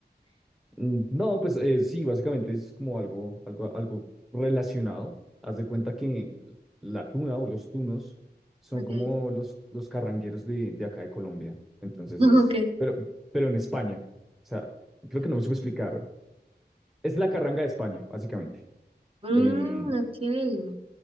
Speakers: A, in the centre; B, on the right (about 30°).
A: Mm, No, pues eh, sí, básicamente es como algo, algo, algo relacionado. Haz de cuenta que la tuna o los tunos son
B: Okay.
A: como los, los carrangueros de, de acá de Colombia. Entonces
B: Okay.
A: es, pero, pero en España. O sea, creo que no me supe explicar. Es la carranga de España, básicamente.
B: Mm,
A: Em,
B: okay.